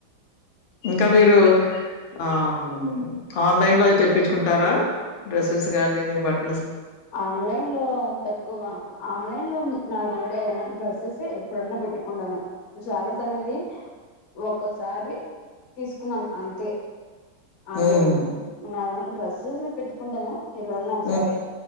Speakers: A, on the left; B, on the left.
A: ఇంకా మీరు ఆహుం ఆన్లైన్ లోయి తెప్పించుకుంటారా డ్రెస్సెస్ గాని బట్
B: ఆన్లైన్ లో తక్కువ ఆన్లైన్ లోని నార్మల్ గా ఏమో డ్రెస్సెసే ఎప్పుడన్నా పెట్టుకుండాను, శారీస్ అనేది ఒకసారి తీసుకున్నాన్ అంతే. ఆన్లైన్
A: హ్మ్.
B: లో ఉన్నావా డ్రెస్సెస్ పెట్టుకుంటాను ఇవన్నోకసారి
A: హ్మ్.